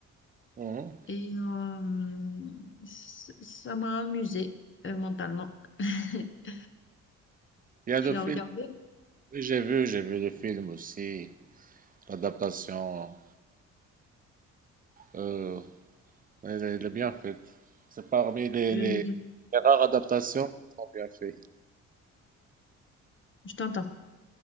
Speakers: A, on the right (about 30°); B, on the left (about 40°).
A: Mhm.
B: Et euh, c- ça m'a amusée euh, mentalement. <laughs>
A: Il y a le
B: Tu l'as
A: film.
B: regardé?
A: Oui, j'ai vu, j'ai vu le film aussi. L'adaptation, euh, elle, est elle est bien faite. C'est parmi les,
B: Je
A: les- les rares adaptations qui sont bien faites.
B: t'entends.